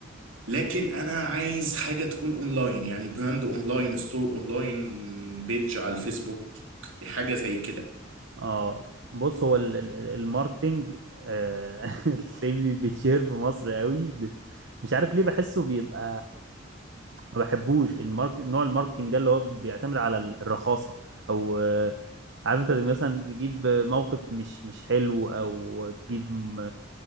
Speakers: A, on the right (about 80°); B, on the right (about 65°).
A: لكن انا عايز حاجة تكون اونلاين يعني براند اونلاين ستور اونلاين بيج على الفيسبوك حاجة زي كده
B: اه بص هو ال- ال- ال- الماركتينج آه، <laughs> تلاقيه بي- بيتشهر في مصر قوي ب- مش عارف ليه بحسه بيبقى ما بحبوش المارك نوع الماركتينج ده اللي هو بيعتمد على ال- الرخاصه او عارف انت زي مثلا تجيب موقف مش مش حلو او تجيب م-